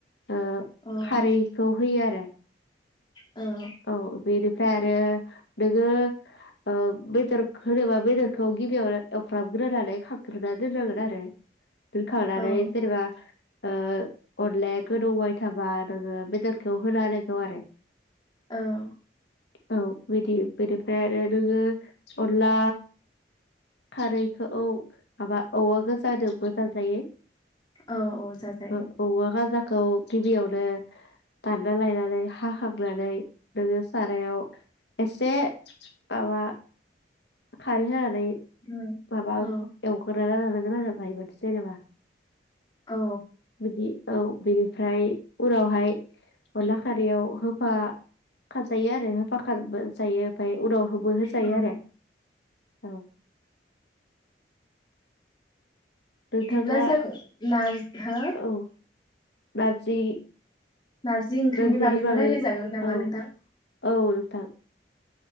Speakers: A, on the left (about 70°); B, on the left (about 25°).
A: ओ
B: औ
A: खारैखौ होयो आरो
B: औ
A: औ बेनिफ्राय आरो नोङो ओ बेदर होनोबा बेदरखौ गिबियावनो एवफ्रामग्रोनानै खांग्रोना दोननांगोन आरो दोनखांनानै
B: औ
A: जेनेबा ओ अनलाया गोदौबाय थाबा नोङो बेदरखौ होना होनांगौ आरो
B: औ
A: औ बिदि बेनिफ्राय आरो नोङो अनला खारैखौ माबा औवा गोजाजोंबो जायो
B: औ औ जाजायो
A: ओ औवा गाजा खौ गिबियावनो दानना लायनानै हा खांनानै नोङो सारायाव एसे माबा खारै होनानै नै
B: औ
A: माबा
B: औ
A: एवग्रोना लानांगोन आरो बायमान जेनबा
B: औ
A: <unintelligible> बेनिफ्राय उनावहाय अनला खारैयाव <unintelligible> खाजोयो आरो <unintelligible> उनाव खौबो होजायो
B: औ
A: आरो औ नोंथाङा
B: दिब्ला जों नाज हो
A: औ नारजि
B: नारजि ओंख्रिनि
A: नारजिनि
B: बागैबो
A: बागै
B: रायलायजागोन नामा
A: औ
B: नोंथां
A: औ नोंथां